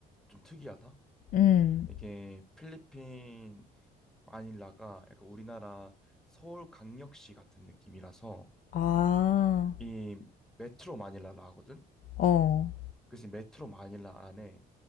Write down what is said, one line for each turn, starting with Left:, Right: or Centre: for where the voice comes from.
Centre: 좀 특이하다.
Left: 음,
Centre: 이게 필리핀 마닐라가 약간 우리나라 서울 강력시 같은 느낌이라서
Left: 아,
Centre: 이 메트로 마닐라라 하거든.
Left: 어.
Centre: 그래서 이 메트로 마닐라 안에